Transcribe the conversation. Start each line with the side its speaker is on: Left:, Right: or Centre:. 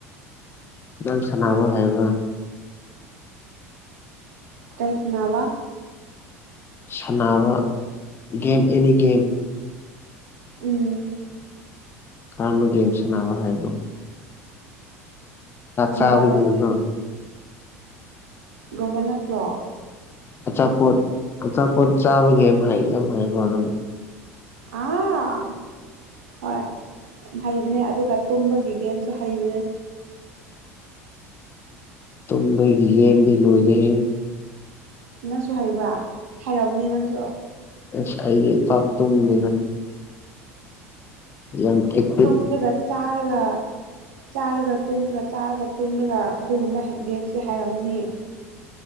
Left: ꯅꯪ ꯁꯥꯟꯅꯕ ꯍꯥꯏꯕ꯭ꯔꯥ꯫
Right: ꯀꯩ ꯁꯅꯥꯕ꯫
Left: ꯁꯥꯟꯅꯕ ꯒꯦꯝ ꯑꯦꯅꯤꯒꯦꯝ꯫
Right: ꯎꯝ꯫
Left: ꯀꯔꯝꯕ ꯒꯦꯝ ꯁꯥꯟꯅꯕ ꯍꯥꯏꯅꯣ꯫ ꯆꯥꯕ
Right: ꯃꯣꯕꯥꯏꯜꯖꯦꯟ
Left: ꯒꯦꯝꯔꯣ
Right: ꯒꯨꯝꯕ ꯅꯥꯠꯇꯔꯣ꯫
Left: ꯑꯆꯥꯄꯣꯠ ꯑꯆꯥꯄꯣꯠ ꯆꯥꯕꯒꯤ ꯑꯃ ꯍꯥꯏ ꯑꯃ ꯍꯥꯏꯕꯣꯅ
Right: ꯑꯥ꯫ ꯍꯣꯏ ꯌꯥꯝ ꯍꯩꯕꯅꯦ ꯑꯗꯨꯒ ꯇꯨꯝꯕꯒꯤ ꯒꯦꯝꯁꯨ ꯍꯩꯕꯅꯦ꯫
Left: ꯇꯨꯝꯕꯒꯤ ꯒꯦꯝꯗꯤ ꯂꯣꯏꯔꯦꯍꯦ
Right: ꯅꯪꯁꯨ ꯍꯩꯕ꯭ꯔꯥ ꯍꯥꯏꯔꯑꯝꯅꯤ ꯅꯪꯁꯨ꯫
Left: ꯑꯦꯁ ꯑꯩꯗꯤ ꯄꯥꯛ ꯇꯨꯝꯗꯦꯗ꯫ ꯌꯥꯝ ꯐꯩ
Right: ꯇꯨꯝꯗ꯭ꯔꯒ ꯆꯥꯔꯒ ꯆꯥꯔꯒ ꯇꯨꯝꯃꯒ ꯆꯥꯔꯒ ꯇꯨꯝꯂꯒ ꯑꯗꯨꯒꯨꯝꯕ ꯒꯦꯝꯁꯦ ꯍꯥꯏꯔꯝꯅꯤ꯫